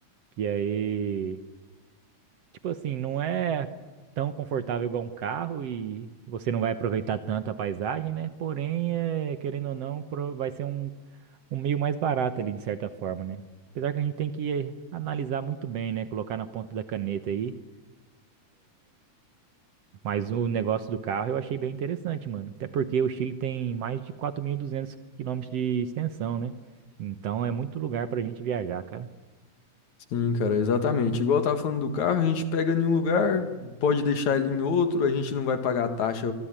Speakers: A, on the right; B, on the left.
A: que aí, tipo assim, não é tão confortável igual um carro e você não vai aproveitar tanto a paisagem, né? Porém, é, querendo ou não, pro- vai ser um, um meio mais barato ali, de certa forma, né? Apesar que a gente tem que eh, analisar muito bem, né? Colocar na ponta da caneta aí Mas o negócio do carro eu achei bem interessante, mano. Até porque o Chile tem mais de 4.200 quilômetros de extensão, né? Então é muito lugar pra gente viajar, cara.
B: Sim, cara, exatamente. Igual eu tava falando do carro, a gente pega em um lugar, pode deixar ele em outro, a gente não vai pagar a taxa